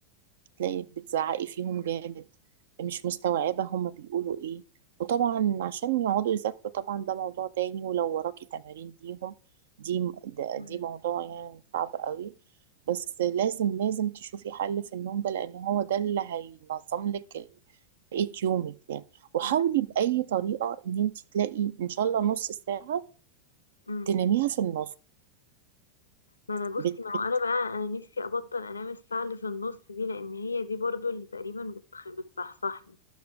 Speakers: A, on the right (about 60°); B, on the left (about 75°).
A: تلاقي بتزعقي فيهم جامد مش مستوعبة هما بيقولوا ايه وطبعا عشان يقعدوا يذاكروا طبعا ده موضوع تاني ولو وراكي تمارين ليهم دي ده-
B: مم.
A: دي موضوع يعني صعب قوي بس لازم لازم تشوفي حل في النوم ده لان هو ده اللي هينظم لك ال- بقية يومك يعني وحاولي
B: مم.
A: بأي طريقة ان انت تلاقي ان شاء الله نص ساعة
B: مم.
A: تناميها في النص
B: ما انا بصي
A: بت
B: ما
A: بت
B: هو انا بقى انا نفسي ابطل انام الساعه اللي في النص دي لان هي دي برضو اللي تقريبا بتخ... بتصحصحني